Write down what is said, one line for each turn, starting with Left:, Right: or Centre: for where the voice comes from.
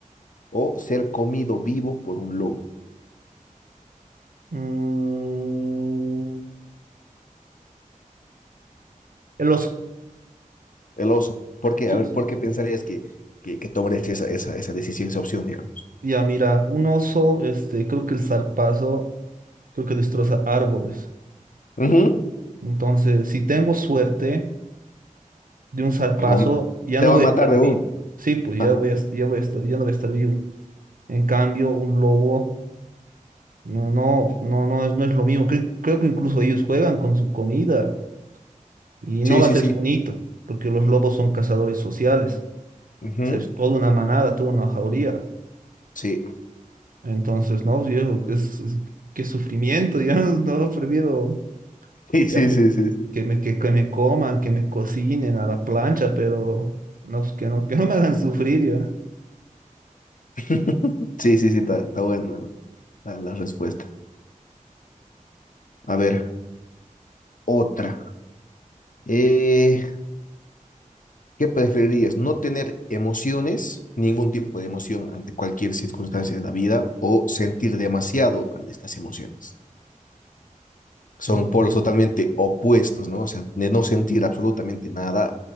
Left: o ser comido vivo por un lobo?
Right: Mm, el oso.
Left: El oso. ¿Por qué?
Right: Sí,
Left: A ver,
Right: sí.
Left: ¿por qué pensarías que, que, que tomarías esa, esa, esa decisión, esa opción, digamos?
Right: Ya, mira, un oso, este, creo que el zarpazo, creo que destroza árboles.
Left: Ujú.
Right: Entonces, si tengo suerte de un zarpazo,
Left: Te va a ma-
Right: ya no
Left: te
Right: voy
Left: va a
Right: a estar
Left: matar de
Right: vivo.
Left: uno.
Right: Sí, pues
Left: <laughs> Ajá.
Right: ya voy a, ya voy a estar, ya no voy a estar vivo. En cambio, un lobo, no, no, no, no es, no es lo mismo. Cre- creo que incluso ellos juegan con su comida. Y
Left: Sí,
Right: no va
Left: sí,
Right: a ser
Left: sí.
Right: un hito, porque los lobos son cazadores sociales.
Left: Ujú.
Right: Va a ser toda una manada, toda una jauría.
Left: Sí. <laughs>
Right: Entonces, no, viejo, qué, es- es- qué sufrimiento, <laughs> digamos, no, prefiero
Left: Sí,
Right: ya
Left: sí,
Right: por-
Left: sí, sí. Sí,
Right: que me, que, que me coman, que me cocinen a la plancha, pero no, pues, que no, que no me hagan sufrir, ya.
Left: <laughs> sí, sí, sí, está, está bueno la, la respuesta. A ver, otra. Eh, ¿qué preferirías? ¿No tener emociones, ningún tipo de emoción ante cualquier circunstancia de la vida o sentir demasiado estas emociones? Son
Right: Mm,
Left: polos totalmente opuestos, ¿no? O sea, de no sentir absolutamente nada